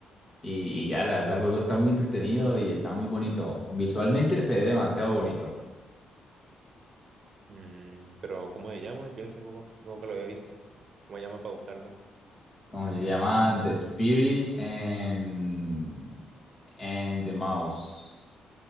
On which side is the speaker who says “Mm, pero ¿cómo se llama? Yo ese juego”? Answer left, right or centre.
Right